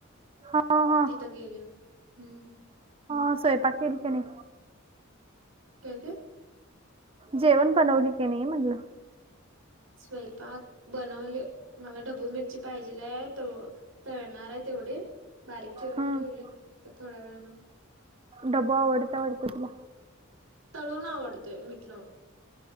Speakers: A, on the right; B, on the right.
A: हा हा
B: तिथं गेले हम्म.
A: हा स्वयंपाक केली काय नाही?
B: काय ते?
A: जेवण बनवली की नाही म्हणलं.
B: स्वयंपाक बनवले मला ढबू मिरची पाहिजेय त तळणार आहे तेवढे बारीक चिरून
A: हम्म
B: ठेवले तर थोड्या वेळान.
A: ढबू आवडत आवडतं तुला?
B: तळून आवडतोय मीट लावून.